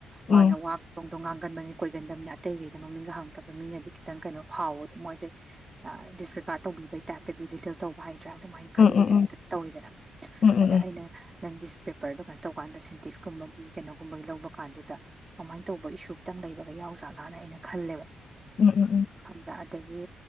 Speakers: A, on the left; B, on the right.
A: ꯎꯝ
B: ꯃꯥꯅ ꯋꯥ ꯗꯣꯡ ꯗꯣꯡ ꯉꯥꯡꯒꯟꯕꯅꯤꯅ ꯀꯣꯏ ꯀꯤꯒꯟꯗꯝꯅ ꯑꯇꯩꯒꯩꯗ ꯃꯃꯤꯡꯒ ꯍꯪꯉꯛꯇꯕꯗ ꯃꯤꯅꯗꯤ ꯈꯤꯇꯪ ꯀꯩꯅꯣ ꯐꯥꯎꯗꯣ ꯃꯣꯏꯁꯦ ꯑꯥ ꯗꯤꯁ ꯔꯤꯀꯥꯔꯠ ꯇꯧꯕꯤꯕꯩ ꯇꯥꯏꯞꯇ ꯕꯤꯗꯤꯀꯦꯜ ꯇꯧꯕ ꯍꯥꯏ ꯅꯠꯇ꯭ꯔꯥ ꯑꯗꯨꯃꯥꯏ ꯈꯟꯕꯩ
A: ꯎꯝ ꯎꯝ ꯎꯝ
B: ꯇꯥꯏꯞꯇ
A: ꯎꯝ
B: ꯇꯧꯋꯦꯗꯅ
A: ꯎꯝ ꯎꯝ ꯎꯝ
B: ꯑꯗ ꯑꯩꯅ ꯅꯪꯒꯤꯁ ꯄꯦꯄ꯭ꯔꯗꯣ ꯀꯩꯟ ꯇꯧꯀꯥꯟꯗ ꯁꯦꯟꯇꯤꯛꯁꯀꯨꯝꯕꯒꯤ ꯀꯩꯅꯣꯒꯨꯝꯕꯒꯤ ꯂꯧꯕ ꯀꯥꯟꯗꯨꯗ ꯀꯃꯥꯏꯅ ꯇꯧꯕ ꯏꯁꯨ ꯈꯤꯇꯪ ꯂꯩꯕꯒ ꯌꯥꯎ ꯖꯥꯠꯂꯥꯅ ꯑꯩꯅ ꯈꯜꯂꯦꯕ꯫
A: ꯎꯝ ꯎꯝ ꯎꯝ
B: ꯈꯝꯕ꯭ꯔ ꯑꯗꯒꯤ